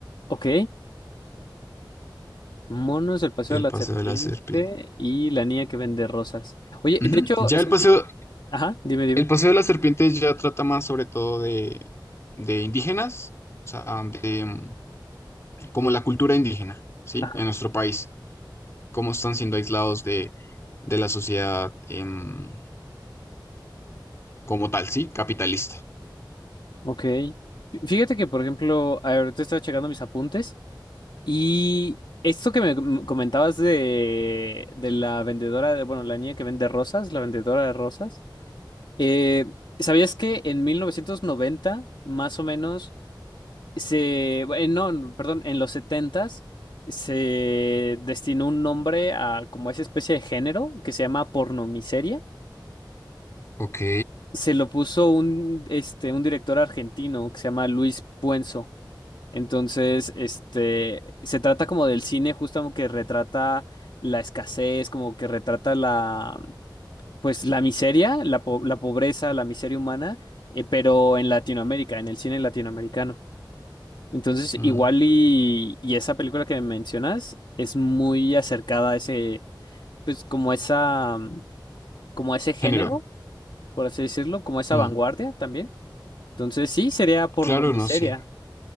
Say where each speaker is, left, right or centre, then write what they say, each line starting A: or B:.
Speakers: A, on the left; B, on the left.
A: Ok, Monos, el paseo
B: El
A: de la
B: Paseo
A: serpiente
B: de la Serpiente.
A: y la niña que vende rosas. Oye,
B: Ujú.
A: de hecho,
B: Ya
A: escucho...
B: el Paseo,
A: Ajá, dime, dime.
B: el Paseo de la Serpiente ya trata más sobre todo de, de indígenas, o sea, de, mm, como la cultura indígena, ¿sí?
A: Ajá,
B: En nuestro país. cómo están siendo aislados de, de la sociedad em, como tal, sí, capitalista.
A: ok. Fíjate que, por ejemplo, ahorita estaba checando mis apuntes y esto que me com- comentabas de, de la vendedora, de, bueno, la niña que vende rosas, la vendedora de rosas, eh, ¿sabías que en 1990, más o menos, Se, eh, no, perdón, en los setentas se destinó un nombre a como esa especie de género que se llama pornomiseria.
B: Ok.
A: Se lo puso un, este, un director argentino que se llama Luis Puenzo. Entonces, este, se trata como del cine justo como que retrata la escasez, como que retrata la, pues la miseria, la, po- la pobreza, la miseria humana, eh, pero en Latinoamérica, en el cine latinoamericano. Entonces,
B: Mm,
A: igual y, y esa película que mencionas es muy acercada a ese, pues como esa, mm, como ese género,
B: Género.
A: por así decirlo, como esa
B: Mm,
A: vanguardia también. Entonces, sí, sería pornomiseria.
B: Claro, no sé.